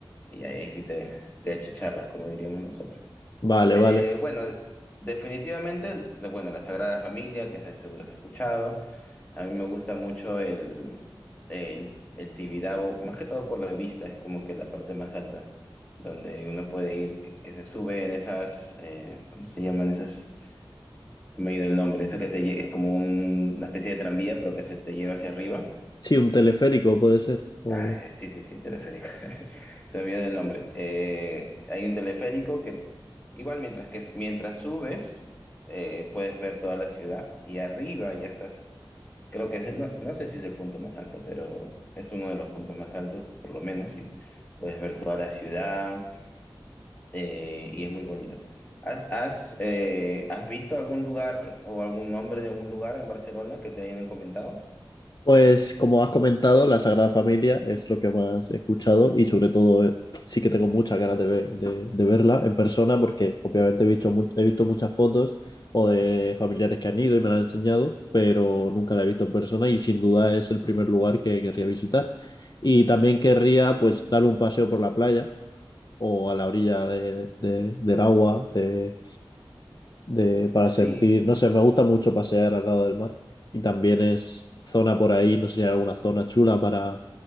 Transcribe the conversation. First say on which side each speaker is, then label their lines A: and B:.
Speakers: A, on the left; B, on the left.
A: ahí, ahí sí te, te achicharras, como diríamos nosotros.
B: vale,
A: Eh,
B: vale.
A: bueno, definitivamente, de- bueno, la Sagrada Familia, que se- seguro has escuchado. A mí me gusta mucho el, el, el Tibidabo, más que todo por la vista, es como que la parte más alta, donde uno puede ir, que, que se sube en esas, eh, ¿cómo se llaman esas? Se me ha ido el nombre, eso que te lle- es como un- una especie de tranvía, pero que se te lleva hacia arriba.
B: Sí, un teleférico puede ser. O...
A: Ah, eh, sí, sí, sí, teleférico. <laughs> Se olvidó el nombre. Eh, hay un teleférico que igual mientras que mientras subes eh, puedes ver toda la ciudad y arriba ya estás. Creo que es el- no, no sé si es el punto más alto, pero es uno de los puntos más altos, por lo menos, y puedes ver toda la ciudad eh, y es muy bonito. ¿Has, has, eh, has visto algún lugar o algún nombre de algún lugar en Barcelona que te hayan comentado?
B: Pues como has comentado, la Sagrada Familia es lo que más he escuchado y sobre todo eh, sí que tengo muchas ganas de, ver- de- de verla en persona porque obviamente he visto, mu- he visto muchas fotos o de familiares que han ido y me la han enseñado, pero nunca la he visto en persona y sin duda es el primer lugar que querría visitar. Y también querría pues dar un paseo por la playa o a la orilla de- de- del agua, de, de, para
A: Sí,
B: sentir, no sé, me gusta mucho pasear al lado del mar y también es zona por ahí, no sé si hay alguna zona chula para,